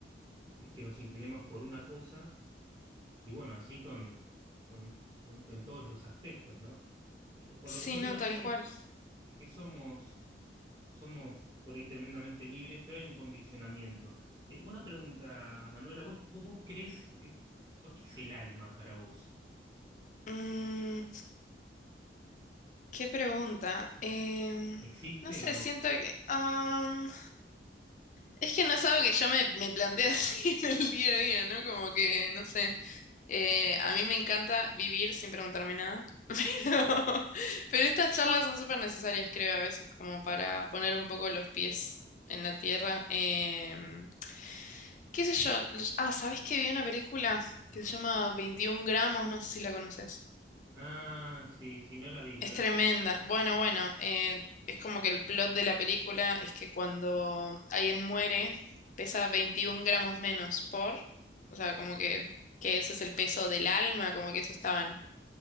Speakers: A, on the right; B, on the left.
A: que- que nos inclinemos por una cosa y bueno, así con, con, con- con todos los aspectos, ¿no? Eh, por
B: Sí,
A: lo que yo
B: no,
A: creo,
B: tal
A: sí,
B: cual.
A: que, que somos, somos por ahí tremendamente libres, pero hay un condicionamiento. Eh, una pregunta, Manuela, ¿vos, vos, vos crees, eh, qué es el alma para vos?
B: Mm, qué pregunta. Em,
A: ¿Existe
B: no sé,
A: o no?
B: siento que... am, es que no es algo que yo me, me planteo <laughs> así en el día a día, ¿no? Como que, no sé. Eh, a mí me encanta vivir sin preguntarme nada. <laughs> Pero,
A: Ok.
B: pero estas charlas son súper necesarias, creo, a veces, como para poner un poco los pies en la tierra. em, ¿Qué sé yo? los- Ah, ¿sabés que vi una película
A: A
B: que
A: ver.
B: se llama Veintiún gramos? No sé si la conoces.
A: Ah, sí, sí, no la vi, no
B: Es
A: la
B: tremenda.
A: vi. pero-
B: Bueno, bueno, eh, es como que el plot de la película es que cuando alguien muere, pesa veintiún gramos menos por, o sea, como que, que ese es el peso del alma, como que eso estaban,